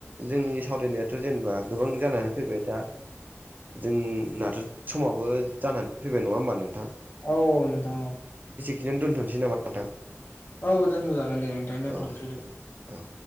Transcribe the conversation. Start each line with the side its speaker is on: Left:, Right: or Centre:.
Right: जोंनि सावरायनायाथ' जेनेबा गोबां जानानै फैबाय दा जोंनाथ' समावबो जानानै फैबाय नङा होनबा नोंथां।
Left: औ नोंथां औ
Right: खिनो दोनथ'सै नामा नोंथां।
Left: औ दोनथ'जागोन दे नोंथांनो
Right: औ
Left: दोनथ'नोसै दे।
Right: औ